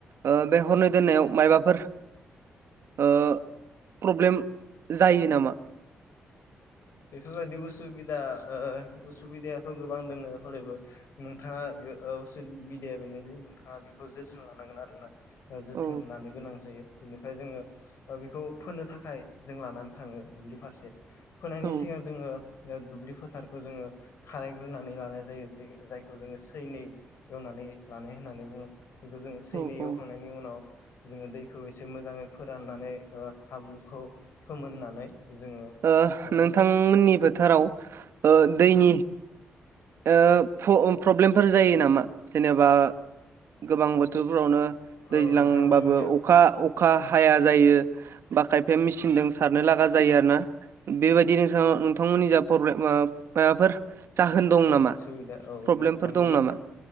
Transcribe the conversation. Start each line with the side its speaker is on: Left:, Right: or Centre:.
Right: ओ बे हरनै दोननायाव मायबाफोर ओ प्रब्लेम जायो नामा?
Left: बेफोरबायदि उसुबिदा ओ उसुबिदायाथ' गोबां दोङ हलेबो नोंथां ओ उसुबिदाया बेनो जे नोंथाङा बेखौ जोथोन लानांगोन आरो ना जोथोन
Right: औ
Left: लानो गोनां जायो बेनिफ्राय जोङो बेखौ फोनो थाखाय जों लानानै थाङो दुब्लि फारसे फोनायनि
Right: औ
Left: सिगां जोङो जो दुब्लि फोथारखौ जोङो खारायग्रोनानै लानाय जायो जायखौ जोङो सैनै एवना नै लानाय होननानै बुङो बेखौ जोङो सैनै
Right: औ औ
Left: एवखांनायनि उनाव जोङो दैखौ एसे मोजाङै फोराननानै ओ हाब्रुखौ फोमोननानै जोङो
Right: ओ
Left: ओ
Right: नोंथांमोननि फोथाराव ओ दैनि ओ प्र प्रब्लेमफोर जायो नामा जेनेबा गोबां बोथोरफोरावनो दैज्लांबाबो
Left: औ नोंथां जोंनिया
Right: अखा अखा हाया जायो बा खायफाया मेचिनजों सारनो लागा जायो आरोना बेबायदि नोंथां नोंथांमोननि जा प्रब्लेम माबाफोर जाहोन दं नामा
Left: उसुबिदा औ
Right: प्रब्लेमफोर
Left: नं नंगौ
Right: दं
Left: नोंथां
Right: नामा?